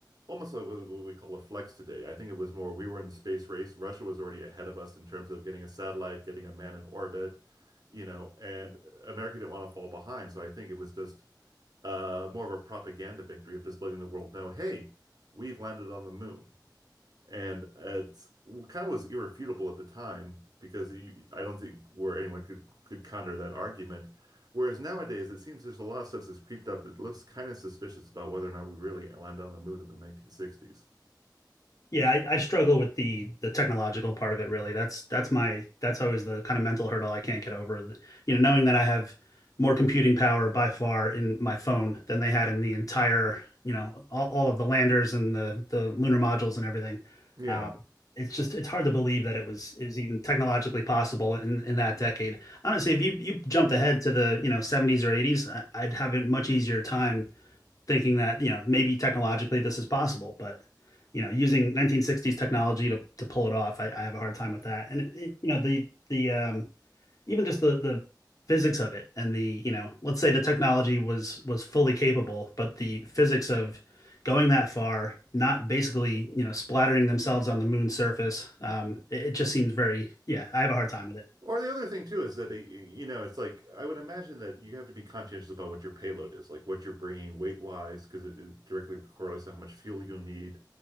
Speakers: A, on the right; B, on the left.
A: almost like what what we call a flex today. I think it was more we were in the space race. Russia was already ahead of us in terms of getting a satellite, getting a man in orbit, you know, and America didn't want to fall behind. So I think it was just uh, more of a propaganda victory of just letting the world know, hey, we've landed on the moon. And it kind of was irrefutable at the time because you, I don't think where anyone could could counter that argument. Whereas nowadays, it seems there's a lot of stuff that's creeped up that looks kind of suspicious about whether or not we really landed on the moon in the 1960s.
B: Yeah, I, I struggle with the the technological part of it really. That's that's my that's always the kind of mental hurdle I can't get over. You know, knowing that I have more computing power by far in my phone than they had in the entire, you know, all, all of the landers and the the lunar modules and everything.
A: Yeah.
B: Um, it's just it's hard to believe that it was it was even technologically possible in in that decade. Honestly, if you you jumped ahead to the, you know, 70s or 80s, I, I'd have a much easier time thinking that you know maybe technologically this is possible, but you know using 1960s technology to to pull it off, I, I have a hard time with that. And it, it- you know the the um, even just the the physics of it and the you know let's say the technology was was fully capable, but the physics of going that far, not basically you know splattering themselves on the moon's surface, um, it, it just seems very yeah. I have a hard time with it.
A: Or the other thing too is that uh, you know it's like I would imagine that you have to be conscientious about what your payload is, like what you're bringing weight wise, because it, it directly correlates to how much fuel you'll need,